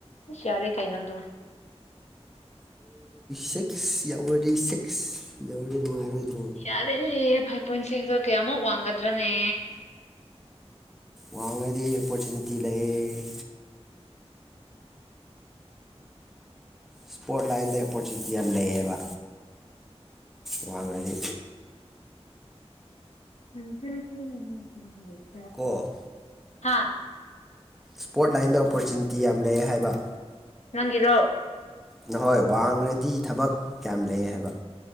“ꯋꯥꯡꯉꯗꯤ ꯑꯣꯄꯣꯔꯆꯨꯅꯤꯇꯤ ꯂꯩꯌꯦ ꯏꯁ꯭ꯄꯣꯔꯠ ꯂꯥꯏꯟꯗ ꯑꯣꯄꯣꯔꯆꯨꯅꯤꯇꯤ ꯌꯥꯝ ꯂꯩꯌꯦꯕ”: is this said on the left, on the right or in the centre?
Centre